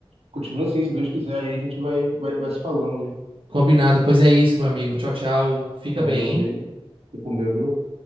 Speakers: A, on the right; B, on the right.
A: Continua assim, se Deus quiser, aí a gente vai, vai, vai se falando, hein?
B: Combinado. Pois é isso, meu amigo. Tchau, tchau. Fica
A: Valeu,
B: bem, hein?
A: beijo. Fique com Deus, viu?